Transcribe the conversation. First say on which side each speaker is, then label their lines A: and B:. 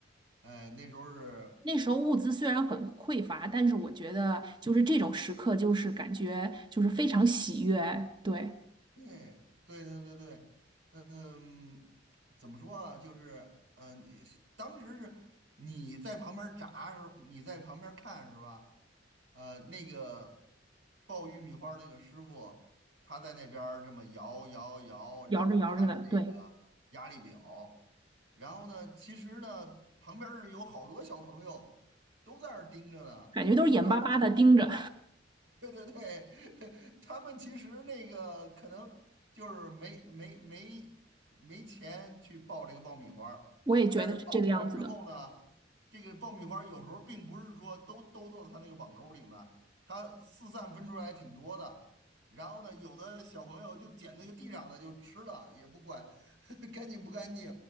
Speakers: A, on the right; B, on the right.
A: 哎，那时候是，
B: 那时候物资虽然很匮乏，但是我觉得就是这种时刻，就是感觉就是非常喜悦。对，
A: 对，对对对对，嗯，怎么说啊？就是，嗯，你是当时是你在旁边儿炸时候，你在旁边儿看是吧？呃，那个爆玉米花儿那个师傅，他在那边儿这么摇摇摇，然后看着这个压力表，
B: 摇着摇着的，对，
A: 然后呢，其实呢，旁边是有好多小朋友都在那儿盯着呢，
B: 感觉都是眼巴巴的盯着。
A: 他们其实。对对对，<laughs> 他们其实那个可能就是没没没没钱去爆这个爆米花儿，
B: 我也觉得是这个样子的。
A: 但是爆出来之后呢，这个爆米花儿有时候并不是说都都到他那个网兜儿里面，它四散分出来挺多的。然后呢，有的小朋友就捡那个地上的就吃了，也不管 <laughs> 干净不干净，